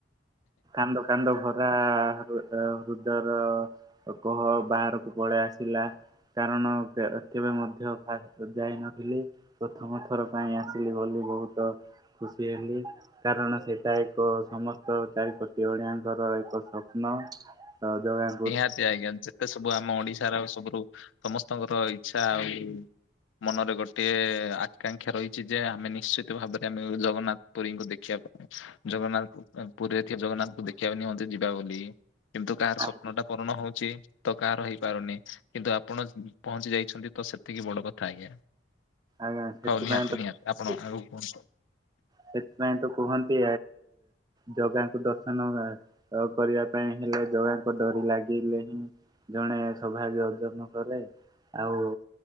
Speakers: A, on the right; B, on the left.
A: କାନ୍ଦ କାନ୍ଦ ଭରା ହୃଦୟର କହ ବାହାରକୁ ପଳେଇ ଆସିଲା। କାରଣ କେବେ ମଧ୍ୟ ଫାଷ୍ଟ ଯାଇନଥିଲି। ପ୍ରଥମ ଥର ପାଇଁ ଆସିଲି ବୋଲି ବହୁତ। ଖୁସି ହେଲି କାରଣ ସେଇଟା ଏକ ସମସ୍ତ କୋଟି ଓଡ଼ିଆଙ୍କର ଏକ ସ୍ୱପ୍ନା ଅଜବା
B: ନିହାତି ଆଜ୍ଞା ଯେତେ ସବୁ ଆମ ଓଡିଶାର ସବୁରୁ ସମସ୍ତଙ୍କର ଇଛା ଆଉ ମନରେ ଗୋଟିେ ଆକାଂକ୍ଷା ରହିଛି ଯେ ଆମେ ନିଶ୍ଚିତ ଭାବରେ ଆମେ ଜଗନ୍ନାଥ ପୁରୀଙ୍କୁ ଦେଖିବା ପାଇଁ- ଜଗନ୍ନାଥ ପୁରୀ ଥିବା ଜଗନ୍ନାଥଙ୍କୁ ଦେଖିବା ନିମନ୍ତେ ଯିବା ବୋଲି କିନ୍ତୁ କାହାର
A: ଆଜ୍ଞା
B: ସ୍ୱ ପୂରଣ ହଉଛି। ତ କାହାର ହେଇପାରୁନି କିନ୍ତୁ ଆପଣ ପହଞ୍ଚି ଯାଇଛନ୍ତି ତ ସେତିକି ବଡ କଥା ଆଜ୍ଞା।
A: ଆଜ୍ଞା ସେଥିପାଇଁ
B: ହଉ ନିହାତି
A: ତ
B: ନିହାତି ଆପଣ ଆଉ ବସ।
A: ସେଥିପାଇଁ ତ କୁହନ୍ତି ଜଗାଙ୍କୁ ଦର୍ଶନ ଅଉ କରିବା ପାଇଁ ହେଲେ ଜଗାଙ୍କ ଡୋରି ଲାଗିଲେ। ଜଣେ ସୌଭାଗ୍ୟ ଅର୍ଜନ କଲେ ଆଉ